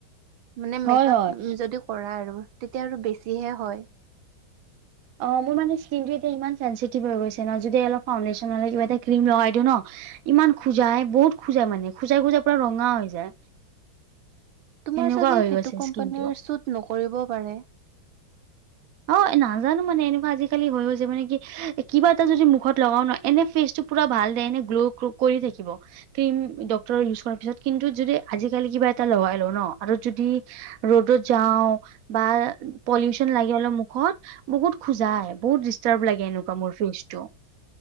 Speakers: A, on the right (about 80°); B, on the right (about 55°).
A: মানে
B: হয়
A: মেকপ
B: হয়
A: যদি কৰা আৰু তেতিয়া আৰু বেছিহে হয়।
B: অ মোৰ মানে স্কিনটো এতি ই চেঞ্চিটিভ হৈ গৈছে ন যদি অলপ ফাণ্ডেশ্যনলে কিবা এটা ক্ৰীম লগাই দিওঁ ন ইমান খোজাই বহুত খোজাই মানে খোজাই খোজাই পুৰা ৰঙা হৈ যায়।
A: তোমাৰ
B: সেনেকুৱা
A: চাগে
B: হৈ
A: সেইটো
B: গৈছে
A: কোম্পানীৰ
B: স্কিনটো
A: শ্বুত নকৰিবও পাৰে।
B: অ নাজানো মানে এনেকুৱা আজিকালি হৈ গছে মানে কি কিবা এটা যদি মুখত লগাও ন এনে ফেচটো পুৰা ভাল দেনে গ্ল' ৰ্কো কৰি থাকিব। ক্ৰীম ডক্তৰৰ ইউজ কৰাৰ পিছত কিন্তু যদি আজিকালি কিবা এটা লগাই লওঁ ন আৰু যদি ৰ'দত যাওঁ বা পলিউশন লাগ- সি মুখত বহুত খোজাই বহুত ডিষ্টাৰ্ব লাগে এনেকুৱা মোৰ ফেচটো।